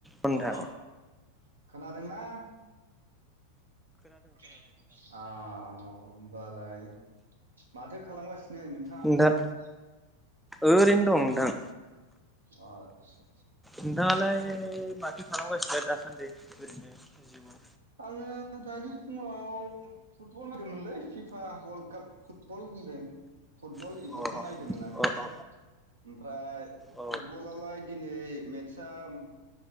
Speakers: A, in the centre; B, on the right.
A: नोंथां
B: अ ओनथां खोनादोंना? खोनादों खोना आ अ होमबालाय माथो खालामगासिन नो नोंथाङा
A: नोंथां
B: खा
A: ओरैनो दं नोंथां।
B: अ आतसा
A: नोंथाङालाय यै बाद खु खालामगासिनो दासान्दै ओरैनो जिउआव
B: आङो दानि फुङाव फुटबल नायदोंमोनलै फिफा वर्ल्ड काप फुटबल होनदों फुटबल
A: जिउआव
B: इफोरखौ
A: अ
B: नादोमोन आङो।
A: अ
B: ओमफ्राय
A: अ
B: फुटबलावलाय दिनै मेटसआम